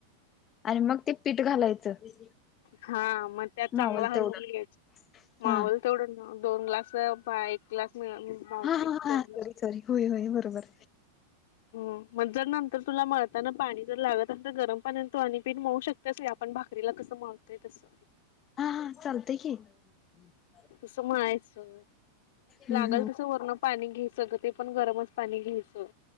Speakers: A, on the left; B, on the left.
A: आणि मग ते पीठ घालायचं?
B: हां मग त्या चांगला
A: मावल
B: हलवून
A: तेवढं
B: घ्यायचं, मावल
A: हा
B: तेवढ मग दोन ग्लास, पा एक ग्लास मधे मावतय,
A: हा हा हा
B: दोन ग्लास
A: सॉरी
B: होतात.
A: सॉरी होय होय बरोबर.
B: हम्म. मग जर नंतर तुला मळताना पाणी जर लागत अस, तर गरम पाण्यान तू आणी पीठ मळू शकतेस की आपण भा करीला कसं मळतोय, तस.
A: हां हां चालतय की. <inaudible>
B: तसं माळायचं,
A: हम्म
B: लागल
A: हम्म
B: तसं वर्ण पाणी घ्यायचं ग, ते पण गरमच पाणी घ्यायचं.